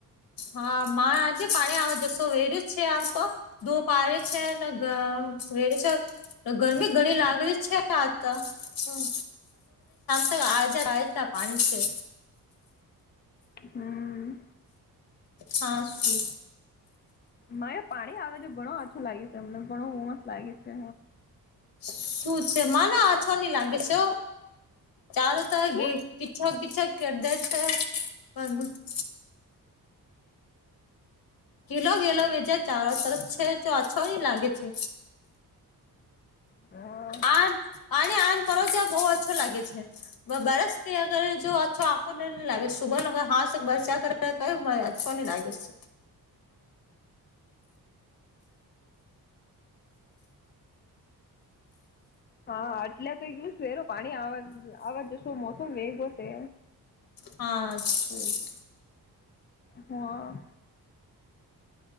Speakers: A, on the left; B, on the left.
A: હા મા આજે પાણી આવી જસે ઘરે જ છે હાલ તમે દો પાારે છે પાણી અને વેરે છે. ગરમી ઘણી લાગી છે આજ તો શામ તક આ જાયેગા વરસાદ પાણી છે.
B: હમ.
A: હા શુ.
B: મારે પાણી આવે છે ઘણો આછું લાગે છે હમને ઘણો આનંદ લાગે છે.
A: શું છે મા વરસાદ નો ઘણો આનંદ
B: શું?
A: આવે છે. કેદ તો બંધ કિલો વેલો વીજા ચારો તરફ છે તો આછો નઈ લાગે છે.
B: હા.
A: આને મા પરસ આને બહુ ઓછું લાગે છે. બરસ કે અગર જો અછો આંખ ન લાગે સુભન અગ હાથ ત બરસ કોને લાગી છે.
B: હા આટલા તો એ ગયું સહેરો પાણીવા આવવા જશો મોસમ વેગો છે.
A: હાસ.
B: હા.